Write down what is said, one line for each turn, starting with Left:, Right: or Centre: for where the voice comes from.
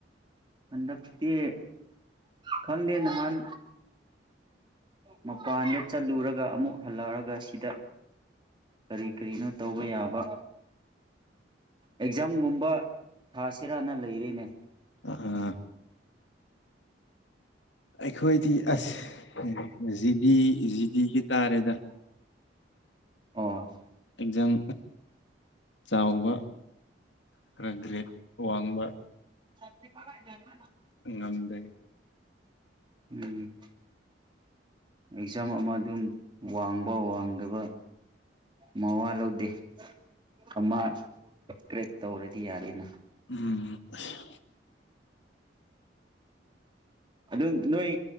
Right: ꯍꯟꯗꯛꯇꯛꯇꯤ ꯈꯪꯗꯦ ꯅꯍꯥꯟ ꯃꯄꯥꯟꯗ ꯆꯠꯂꯨꯔꯒ ꯑꯃꯨꯛ ꯍꯜꯂꯛꯑꯒ ꯁꯤꯗ ꯀꯔꯤ ꯀꯔꯤꯅꯣ ꯇꯧꯕ ꯌꯥꯕ ꯑꯦꯛꯖꯥꯝꯒꯨꯝꯕ ꯊꯥꯁꯤꯔꯥꯅ ꯂꯩꯔꯤꯅꯦ
Left: ꯑꯥ ꯑꯩꯈꯣꯏꯗꯤ ꯑꯁ ꯖꯤꯗꯤ ꯖꯤꯗꯤꯒꯤ ꯇꯥꯔꯦꯗ
Right: ꯑꯣ
Left: ꯑꯦꯛꯖꯝ ꯆꯥꯎꯕ ꯈꯔ ꯒ꯭ꯔꯦꯠ ꯋꯥꯡꯕ
Right: <unintelligible>
Left: ꯉꯝꯗꯦ
Right: ꯎꯝ ꯑꯦꯛꯖꯥꯝ ꯑꯃ ꯑꯗꯨꯝ ꯋꯥꯡꯕ ꯋꯥꯡꯗꯕ ꯃꯋꯥ ꯂꯧꯗꯦ ꯑꯃ ꯇꯔꯦꯛ ꯇꯧꯔꯗꯤ ꯌꯥꯔꯦꯅ
Left: ꯎꯝ ꯑꯁ
Right: ꯑꯗꯨꯝ ꯅꯣꯏ